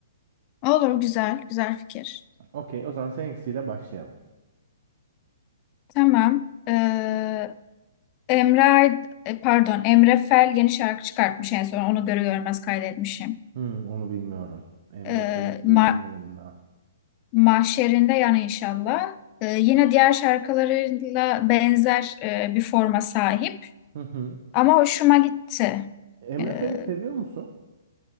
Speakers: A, on the left; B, on the right.
A: Olur güzel güzel fikir.
B: Okey, o zaman seninkisiyle başlayalım.
A: Tamam. Ee, Emre Ay- e, pardon Emre Fel yeni şarkı çıkartmış en son onu görü görmez kaydetmişim.
B: Hmm, onu bilmiyorum. Emre
A: Ee,
B: Fel'i
A: Ma-
B: duy dinlemedim daha.
A: Mahşerinde yani inşallah. Ee, yine diğer şarkılarıyla benzer e, bir forma sahip
B: Hı hı.
A: ama hoşuma gitti.
B: Emre
A: Ee,
B: Fel'i seviyor musun?